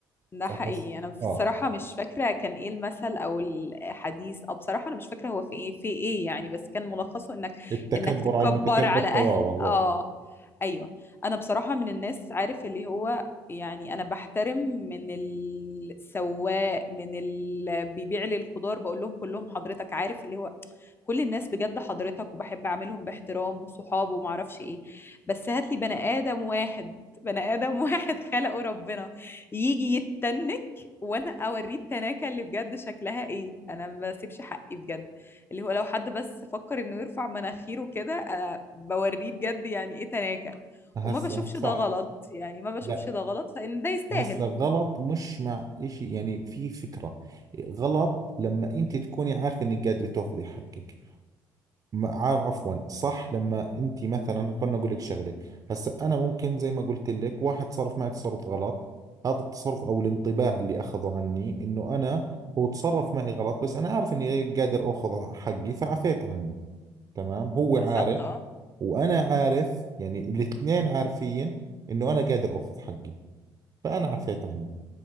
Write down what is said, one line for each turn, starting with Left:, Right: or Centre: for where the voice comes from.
Left: ده
Right: فحس
Left: حقيقي انا بصراحه
Right: آه
Left: مش فاكره كان ايه المثل او الحديث او بصراحه انا مش فاكره هو في ايه في ايه يعني بس كان ملخصه انك
Right: التكبر
Left: انك تتكبر
Right: على المتكبر
Left: على
Right: تواضع
Left: اهل
Right: ضوء
Left: اه ايوه انا بصراحه من الناس عارف اللي هو يعني انا بحترم من السواق من اللي بيبيع لي الخضار بقول لهم كلهم حضرتك عارف اللي هو كل الناس بجد حضرتك وبحب اعملهم باحترام وصحاب وما اعرفش ايه بس هات لي بني ادم واحد بني ادم <laughs> واحد خلقه ربنا يجي يتنك وانا اوريه التناكه اللي بجد شكلها ايه انا ما بسيبش حقي بجد اللي هو لو حد بس فكر انه يرفع مناخيره كده انا بوريه بجد يعني ايه تناكه
Right: هسا
Left: وما بشوفش
Right: صح
Left: ده غلط يعني ما بشوفش
Right: لا
Left: ده غلط لان ده يستاهل
Right: هسا غلط مش مع إشي يعني في فكرة غلط لما أنت تكوني عارفة إنك قادرة تاخذي حقك ما- ع- عفوا صح لما انت مثلا خلنا اقول لك شغله هسا انا ممكن زي ما قلت لك واحد تصرف معي تصرف غلط هذا التصرف او الانطباع اللي اخذه عني انه انا هو تصرف معي غلط بس انا عارف اني قادر اخذ حقي فعفيت عنه تمام هو
Left: بالظبط
Right: عارف
Left: اه
Right: وانا عارف يعني الاثنين عارفين انه انا قادر اخذ حقي فانا عفيت عنه